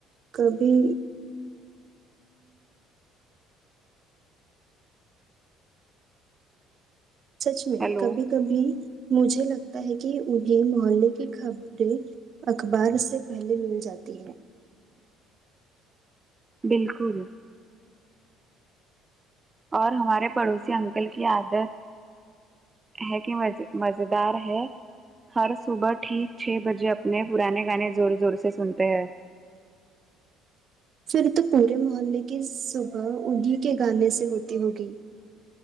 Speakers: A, on the right; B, on the right.
A: کبھی سچ میں
B: ہیلو
A: کبھی کبھی مجھے لگتا ہے کہ یہ <unintelligible> محلے کی خبریں اخبار سے پہلے مل جاتی ہے
B: بالکل اور ہمارے پڑوسی انکل کی عادت ہے کہ مز مزے دار ہے ہر صبح ٹھیک چھ بجے اپنے پرانے گانے زور زور سے سنتے ہیں
A: پھر تو پورے محلے کے صبح انہیں کے گانے سے ہوتی ہوگی